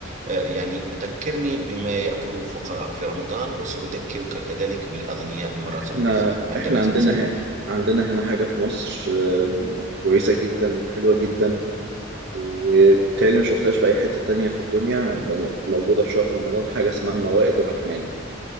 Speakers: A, on the right (about 40°); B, on the right (about 60°).
A: يعني ذكرني بما يأكله الفقراء في رمضان وسأذكرك كذلك بالأغنياء مرة
B: احنا
A: أخرى عندما
B: احنا عندنا
A: تنتهي
B: هنا عندنا هنا حاجة في مصر آم، كويسة جدا وحلوة جدا وبالتالي ما شفتهاش في أي حتة تانية في الدنيا آم، موجودة في شهر رمضان حاجة اسمها موائد الرحمن